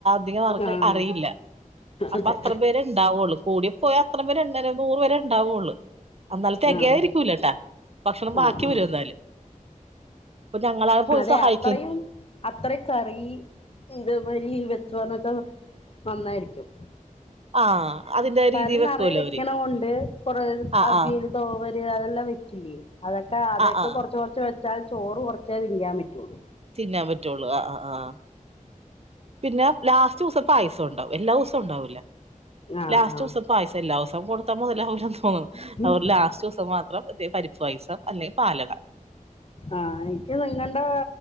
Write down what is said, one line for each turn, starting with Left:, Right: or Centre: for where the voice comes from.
Right: ധംർക്ക്
Left: ആഹ്
Right: അറിയില്ല അപ്പൊ
Left: അതെ
Right: അത്ര പേര്ണ്ടാവുള്ളൂ കൂടി പോയാ അത്ര പേ നൂറ് വരെ ഉണ്ടാവയുള്ളൂ. എന്നാല തികയായിരിക്കൂലട്ടാ
Left: ആഹ്
Right: ഭക്ഷണം
Left: ആ
Right: ബാക്കി
Left: ആ
Right: വരും എന്നാല് ഇപ്പൊ ഞങ്ങളാെ പോയി
Left: അതെ
Right: സഹായി
Left: അത്രയും അത്രയും കറി ഇതവരി ചുവന്നട്ടുള്ളു നന്നായിരിക്കും
Right: ആഹ് അതിന്റെ
Left: കാര്
Right: രീതി വെക്കുവല്ലോ
Left: നിറയെ വെക്കണുണ്ട്
Right: അവര്
Left: കുറ
Right: ആഹ്
Left: അവിയല്
Right: ആഹ്
Left: തോവ അതെല്ലാം വെക്കില്ലേ അതൊക്കെ അതൊക്കെ
Right: ആഹ് ആഹ്
Left: കുറച്ച്റച്ച് വെ കുച്ചൽ ചോറ് കുറച്ചേതിങ്ങാൻ പറ്റുള്ളൂ.
Right: പി പറ്റുള്ളൂ ആ ആഹ് പിന്നെ ലാസ്റ്റ് ദിവസം ഇപ്പ പായസം ഉണ്ടാവും എല്ലാ ദിവസവും ഉണ്ടാവല.
Left: ആ
Right: ലാസ്റ്റവസ്വ
Left: ആ
Right: പായസം ഇല്ല ത്തം കൊടുത്ത മൊതലാവുല.
Left: ഉം.
Right: അവരുടെ ലാസ്റ്റ് ദിവസം മാത്രം മറ്റേ പരിപ്പ് പൈസം അല്ലെ പാലക
Left: ആഹ എനിക്ക് നിങ്ങളുടെ